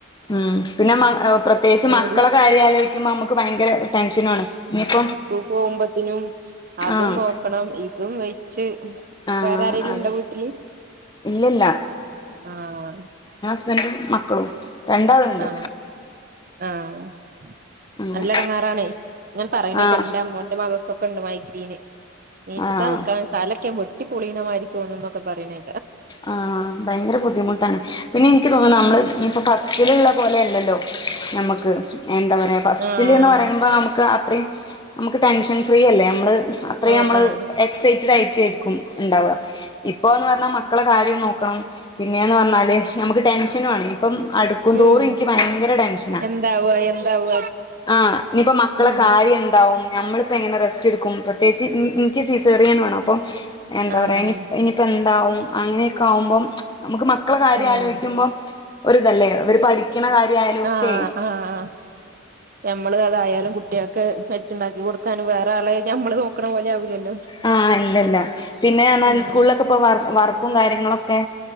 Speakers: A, on the left; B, on the right.
A: ഉം പിന്നെമ അ പ്രത്യേകിച്ച് മക്കളെ
B: കൂടി
A: കാര്യം ആലോയ്ക്കുമ്പോ നമ്മക്ക് ഭയങ്കര ടെൻഷനാണ് ഇനി പ്പൊ
B: സ്കൂക്കോഉമ്പോത്തിനും അതും
A: ആഹ്
B: നോക്കണം ഇതും വെച്ച്
A: ആഹ്
B: വേറെ ആരെേലും
A: അതെ
B: ണ്ടോ വീട്ടില്
A: ഇല്ലില്ല
B: ആഹ്
A: സ്ബൻറും മക്കളും രണ്ടാളുണ്ട്
B: ആ ആഹ്
A: അങ്ങനെ
B: നല്ലടങ്ങാറാണേ ഞാൻ പറയ്ണെക്ക
A: ആഹ്
B: എന്റ്അമ്മോന്റെ മകൾക്കൊക്കെണ്ട് മൈഗ്രീൻ നീച്ചിട്ടാ
A: ആഹ്
B: നിക്കാൻ സ്ഥലൊക്ക വെട്ടി പൊളീണ മാതിരി തോന്നു ന്നൊക്കെ പറയണേ
A: ആഹ് ഭയങ്കര ബുദ്ധിമുട്ടാണ് പിന്നെഇ ക്ക് തോന്നുന്നു നമ്മള് ഇപ്പഫസ്റ്റിലുള്ള പോലെ അല്ലല്ലോ നമ്മക്ക് എന്താ പറയ ഫസ്റ്റില്ന്ന്
B: ആഹ്
A: പറയുമ്പോ നമുക്ക് അത്രയും നമുക്ക് ടെൻഷൻ ഫ്രീയല്ലേ നമ്മൾ അത്രയും
B: ആഹ്
A: നമ്മള്
B: ആഹ്
A: എക്സൈറ്റഡ് റ്റ്റ്റെരിക്കും ഉണ്ടാവ ഇപ്പ എന്ന് പറഞ്ഞാൽ മ ക്കളെ കാര്യം നോക്കണം പിന്നെന്ന് പറഞ്ഞാല് നമുക്ക് ടെൻഷനു ആണെ ഇപ്പം അടുക്കും
B: ഉം
A: തോറും ൻക്ക് ഭയങ്കര ടെൻഷനാ
B: എന്താവ എന്താവ
A: ആ ഇനിയിപ്പോ മക്കളെ
B: ഉം
A: കാര്യം എന്താവും നഞമ്മളിപ്പോ എങ്ങനെ റസ്റ്റ് എടു കും പ്രത്യേകിച്ച്ഉം ഉം എനിക്ക് സിസറിയനാണു അപ്പൊ എന്താ
B: ആഹ്
A: പറയാനി ഇനിപ്പോ എന്താവും അങ്ങനെയൊക്കെ ആവുമ്പോം നമുക്ക് മക്കളെ കാര്യം
B: ഉം
A: ആലോയി ക്കുമ്പോം ഒരുതല്ലേ അവര് പഠിക്കണ കാര്യയാലും ഒക്കെ
B: ആഹ് ആഹ് ഞമ്മള് അതായാലും കുട്ടികൾക്ക് നമ്മള് അതായാലും കുട്ടിയൊക് വെച്ചുണ്ടാക്കി കൊടുക്കാനും വേറെ ആളെ ഞമ്മള് നോക്കണ പോലെ ആവൂലല്ലോ
A: ആ ഇല്ല ഇല്ല പിന്നെ ഗവണ്മെന്റ്
B: ഉം
A: സ്കൂളിലൊക്കെ ഇപ്പ വർ വർക്കും കാര്യങ്ങളൊക്കെ